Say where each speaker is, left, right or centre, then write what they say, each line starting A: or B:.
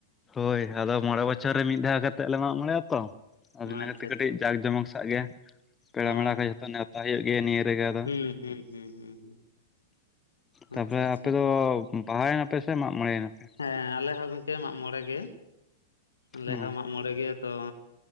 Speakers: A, on the left (about 15°); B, on the left (about 80°).
A: ᱦᱳᱭ ᱟᱫᱚ, ᱢᱚᱬᱮ ᱵᱚᱪᱷᱚᱨ ᱨᱮ ᱢᱤᱫ ᱫᱷᱟᱣ ᱠᱟᱛᱮᱫ ᱞᱮ ᱢᱟᱜ ᱢᱚᱬᱮᱭᱟ ᱛᱚ ᱾ ᱟᱫᱚ ᱤᱱᱟᱹ
B: ᱟᱪᱪᱷᱟ
A: ᱛᱮ ᱠᱟᱹᱴᱤᱡ
B: ᱟᱪᱪᱷᱟ
A: ᱡᱟᱸᱠ ᱡᱚᱢᱚᱠ ᱥᱟᱜ ᱜᱮ, ᱯᱮᱲᱟ
B: ᱚ
A: ᱢᱮᱲᱟ ᱠᱚ ᱡᱷᱚᱛᱚ ᱱᱮᱣᱛᱟ ᱦᱩᱭᱩᱜ ᱜᱮᱭᱟ ᱱᱤᱭᱟᱹ ᱨᱮᱜᱮ ᱟᱫᱚ
B: ᱦᱩᱸ ᱦᱩᱸ ᱦᱩᱸ ᱦᱩᱸ ᱦᱩᱸ
A: ᱛᱟᱯᱚᱨᱮ
B: ᱟᱪᱪᱷᱟ ᱟᱪᱪᱷᱟ
A: ᱟᱯᱮ ᱫᱚ ᱵᱟᱦᱟᱭᱮᱱᱟᱯᱮ ᱥᱮ ᱢᱟᱜ ᱢᱚᱬᱮᱭᱮᱱᱟᱯᱮ?
B: ᱦᱮᱸ ᱟᱞᱮ ᱦᱚᱸ ᱜᱚᱝᱠᱮ ᱢᱟᱜ ᱢᱚᱬᱮ ᱜᱮ ᱟᱞᱮ
A: ᱚ
B: ᱦᱚᱸ ᱢᱟᱜ ᱢᱚᱬᱮ ᱜᱮ᱾ ᱛᱚ